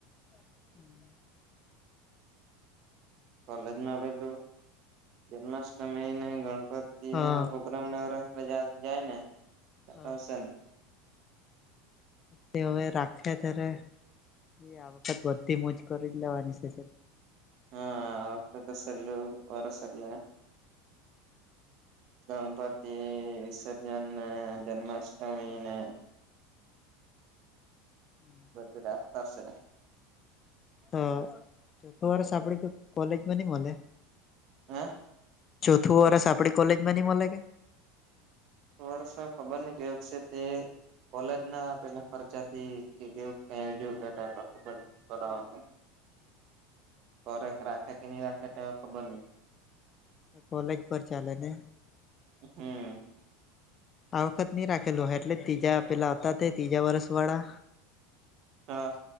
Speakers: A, on the left (about 35°); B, on the right (about 50°).
A: <inaudible>
B: કોલેજમાં પેલું જન્માષ્ટમીને ગણપતિ
A: હા
B: ના ગમનગર જાય ને હશે
A: હા
B: ને
A: તે હવે રાખે તરે એ આ વખત બધી મુજ કરી જ લેવાની છે.
B: હા વખતે સેલુ વરસ એટલે. ગણપતિ વીસ જને જન્માષ્ટમીને
A: <inaudible>
B: બધું રાખતાશે.
A: તો ચોથો વર્ષ આપડ કોઈ કોલેજમાં નઈ મલે?
B: હા?
A: ચોથું વરષ આપડી કોલેજ માં ની મલે કે?
B: વર્ષ ખબર ન કેયુંક છે તે. કોલેજ ના પેલા ખર્ચા થી <unintelligible> <unintelligible> રાખે કે નહી રાખે તે ખબર નઈ?
A: કોલેજ પર ચાલે કે.
B: હમ.
A: આ વખત નહી રાખેલો એટલે ત્રીજા આપેલા હતા તે ત્રીજા વરસ વાળા.
B: હા